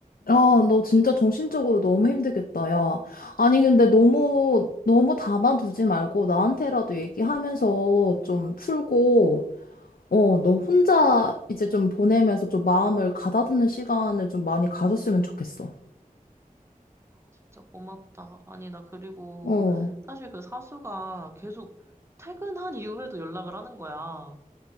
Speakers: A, on the left; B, on the right.
A: 야, 너 진짜 정신적으로 너무 힘들겠다, 야. 아니, 근데 너무, 너무 담아두지 말고 나한테라도 얘기하면서 좀 풀고, 어, 너 혼자 이제 좀 보내면서 좀 마음을 가다듬는 시간을 좀 많이 가졌으면 좋겠어.
B: 진짜 고맙다. 아니, 나 그리고
A: 어.
B: 사실 그 사수가 계속 퇴근한 이후에도 연락을 하는 거야.